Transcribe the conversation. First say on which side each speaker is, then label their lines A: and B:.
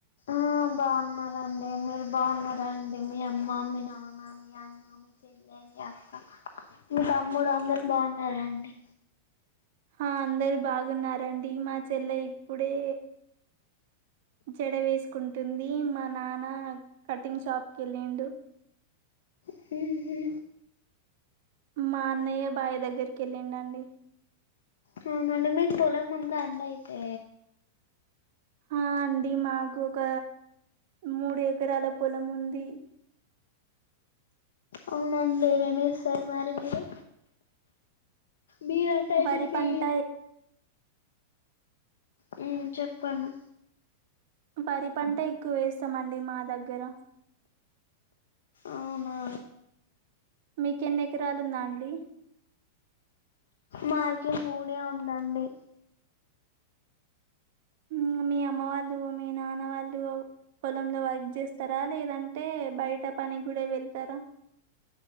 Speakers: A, on the left; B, on the right.
A: ఆ బాగున్నారండి మీరు బాగున్నారండి మీ అమ్మ మీ నాన్న మీ అన్న మీ మీ పిన్ని మీ అక్క మీ తమ్ముడు అందరుూ బాగున్నారండి
B: ఆ అందరు బాగున్నారండి మా చెల్లె ఇప్పుడే జడ వేసుకుంటుంది మా నాన్న కటింగ్ షాప్ కి వెళ్ళిండు
A: హ్మ్ హు
B: మా అన్నయ్య బాయ్ దగ్గరికి వెళ్ళిండు అండి
A: అవునండి మీకు పొలం ఉందా అండీ అయితే
B: ఆ అండి మాకు ఒక మూడు ఎకరాల పొలం ఉంది
A: అవునండి ఏమేమి వేస్తారు మరి మీరు మీర టైం
B: వరి
A: అయింది మ్మే
B: పంట
A: హ్మ్ చెప్పండి
B: వరి పంట ఎక్కువ వేస్తామండి మా దగ్గర
A: అవునా
B: మీక ఎన్ని ఎకరాలు ఉందా అండి
A: మాకి మూడే ఉందండి
B: హ్మ్ మీ అమ్మ వాళ్ళు మీ నాన్న వాళ్ళు పొలంలో వర్క్ చేస్తారా లేదంటే బయట పని కూడా వెళ్తారా